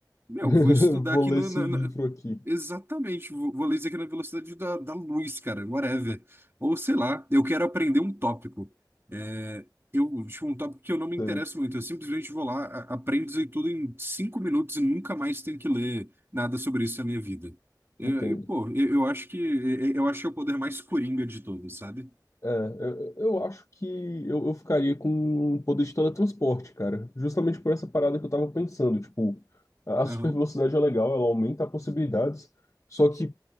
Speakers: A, on the right; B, on the left.
A: Meu,
B: <laughs>
A: vou estudar
B: Vou
A: aqui no.
B: ler esse
A: na-
B: livro
A: na-
B: aqui.
A: Exatamente, vou, vou ler isso aqui na velocidade da, da luz, cara, whatever. Ou sei lá, eu quero aprender um tópico. É, eu, tipo, um tópico que eu não me interesso
B: Sei,
A: muito. Eu simplesmente vou lá, a- aprendo isso aí tudo em cinco minutos e nunca mais tenho que ler nada sobre isso na minha vida. Eu,
B: entendo.
A: eu- pô, eu, eu acho que eu, eu acho que é o poder mais coringa de todos, sabe?
B: É, eu, eu acho que eu, eu ficaria com o poder de teletransporte, cara. Justamente por essa parada que eu tava pensando. Tipo, a a
A: Aham,
B: super velocidade é legal, ela aumenta possibilidades. Só que,